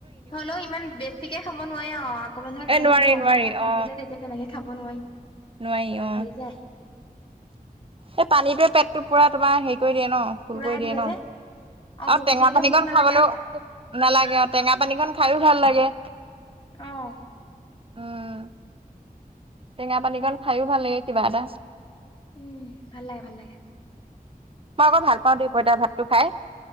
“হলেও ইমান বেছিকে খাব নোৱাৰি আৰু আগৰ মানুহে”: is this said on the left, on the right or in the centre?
Left